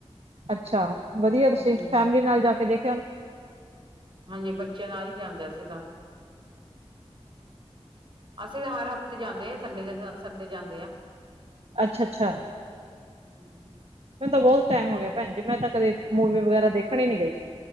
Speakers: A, on the right; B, on the right.
A: ਅੱਛਾ, ਵਦੀਆ ਤੁਸੀ
B: ਹੂੰ।
A: ਫੈਮਲੀ ਨਾਲ ਜਾ ਕੇ ਦੇਖ
B: ਹਾਂਜੀ ਬੱਚੇ ਨਾਲ ਈ ਜਾਂਦੇ ਅਸੀ ਤਾ। ਅਸੀ ਹਰ ਹਫ਼ਤੇ ਜਾਂਦੇ, ਸੰਡੇ ਦੇ ਸੰਡੇ ਜਾਂਦੇ ਆ।
A: ਅੱਛ, ਅੱਛਾ
B: ਹਾਂਜੀ।
A: ਮੈਨੂੰ ਤਾ ਬੌਤ ਟਾਈਮ ਹੋ ਗਿਆ ਭੈਣ ਜੀ ਮੈਂ ਤਾ ਕਦੇ ਮੂਵੀ ਵਗੈਰਾ ਦੇਖਣ ਈ ਨੀ ਗਈ।